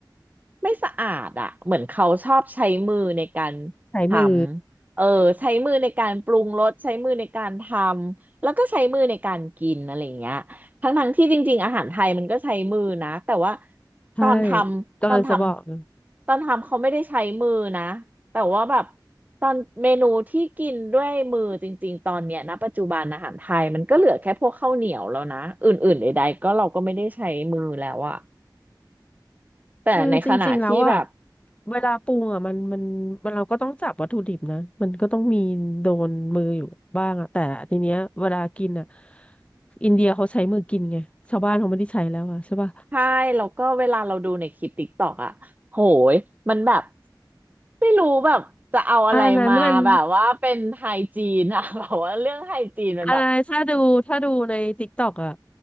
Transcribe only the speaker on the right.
ไม่สะอาดอ่ะเหมือนเขาชอบใช้มือในการ
ทำเออใช้มือในการปรุงรสใช้มือในการทำแล้วก็ใช้มือในการกินอะไรอย่างเงี้ยทั้งทั้งที่จริงๆอาหารไทยมันก็ใช้มือนะแต่ว่า
ตอนทำตอนท
ำตอนทำเขาไม่ได้ใช้มือนะแต่ว่าแบบตอนเมนูที่กินด้วยมือจริงๆตอนเนี้ยนะปัจจุบันอาหารไทยมันก็เหลือแค่พวกข้าวเหนียวแล้วนะอื่นๆใดๆก็เราก็ไม่ได้ใช้มือแล้วอะแต่ในขณะที่แบบ
ใช่แล้วก็เวลาเราดูในคลิปติ๊กตอกอะโหยมันแบบไม่รู้แบบจะเอาอะไรมาแบบว่าเป็นไฮจีนอะ
<laughs> แบบว่าเรื่องไฮจีนมันแบบ